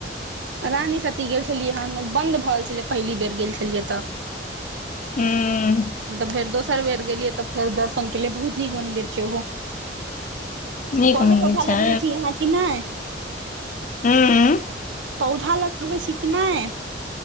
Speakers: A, on the right; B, on the left.
A: रानी सती गेल छलियै हन बन्द भऽ गेल छलै पहिली बेर गेल छलियै तऽ।
B: हूं
A: तऽ फेर दोसर बेर गेलियै तऽ फेर दर्शन केलियै बहुत नीक मंन्दिर छै ओहो।
B: नीक
A: पड़
B: मन्दिर
A: पौधा
B: छै
A: लगबै छी आहाँ कि नय।
B: हु
A: पौधा लगबैइ छी कि नए,